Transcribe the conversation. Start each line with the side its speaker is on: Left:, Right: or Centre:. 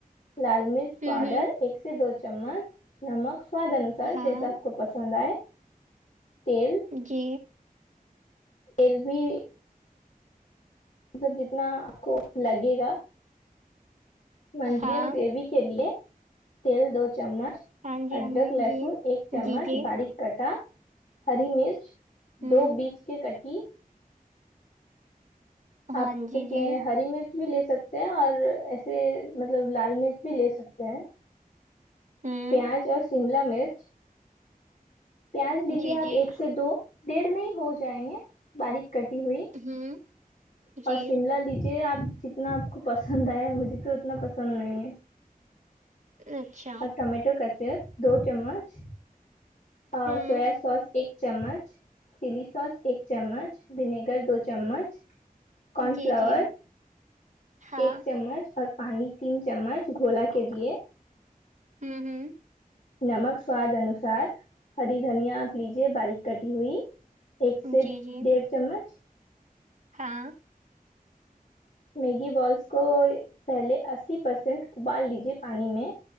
Left: لال مرچ
Right: ہوں
Left: پاؤڈر
Right: ہوں
Left: ایک سے دو چمچ نمک سواد انسار
Right: ہاں
Left: سر جیسا آپ کو پسند آئے تیل
Right: جی
Left: ایل بھی مطلب جتنا آپ کو لگے گا منچورن
Right: ہاں
Left: گریوی کے لیے تیل دو چمچ
Right: ہاں جی
Left: ادرک
Right: ہاں جی
Left: لہسن
Right: جی
Left: ایک چمچ
Right: جی جی
Left: باریک کٹا ہری مرچ
Right: ہوں
Left: دو بیج کے کٹی
Right: ہاں
Left: اپ
Right: جی
Left: اس
Right: جی
Left: میں ہری مرچ بھی لے سکتے ہیں اور ایسے مطلب لال مرچ بھی لے سکتے ہیں
Right: ہوں
Left: پیاز اور سیملا مرچ پیاز لیجے
Right: جی
Left: اپ
Right: جی
Left: ایک سے دو ڈیڑ میں ہی ہو جائیں گے باریک کٹی ہوئی
Right: ہوں جی
Left: اور شملہ لیجیے اپ جتنا اپ کو پسند ائے مجھے تو اتنا پسند نہیں ہے
Right: اچھا
Left: اور ٹمیٹو کا چپ دو چمچ اور
Right: ہوں
Left: سویا سوس ایک چمچ چلی سوس ایک چمچ ونیگر دو چمچ کون
Right: جی
Left: فلاور
Right: جی ہاں
Left: ایک چمچ اور پانی تین چمچ گھولا کے لیے
Right: ہوں ہوں
Left: نمک سواد انوسار ہری دھنیا اپ لیجیے باریک کٹی ہوئی ایک سے
Right: جی جی
Left: ڈیڑھ چمچ
Right: ہاں
Left: میگی بالس کو پہلے اسی پرسینٹ ابال لیجے پانی میں